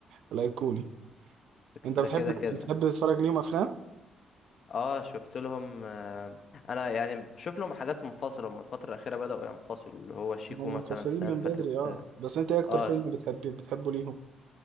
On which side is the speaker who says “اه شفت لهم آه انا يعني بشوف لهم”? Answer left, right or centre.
Left